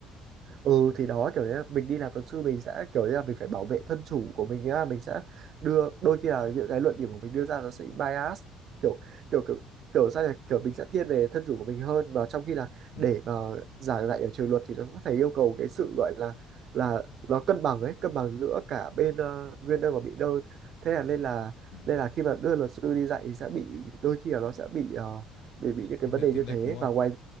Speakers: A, on the right (about 50°); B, on the left (about 65°).
A: ừ thì đó kiểu như là mình đi làm luật sư mình sẽ kiểu như là mình phải bảo vệ thân chủ của mình á mình sẽ đưa đôi khi là những cái luận điểm của mình đưa ra nó sẽ bias kiểu kiểu kiểu kiểu sao nhỉ kiểu mình sẽ thiên về thân chủ của mình hơn mà trong khi là
B: ừ.
A: để mà giảng dạy ở trường luật thì nó sẽ phải yêu cầu cái sự gọi là là nó cân bằng ấy cân bằng giữa cả bên ờ, nguyên đơn và bị đơn thế là nên là
B: à,
A: nên là khi mà đưa luật sư đi dạy thì sẽ bị đôi khi là nó sẽ bị ờ, bị bị những cái
B: thiên
A: vấn
B: lệch
A: đề
B: thiên
A: như
B: lệch
A: thế
B: đúng không
A: và ngoài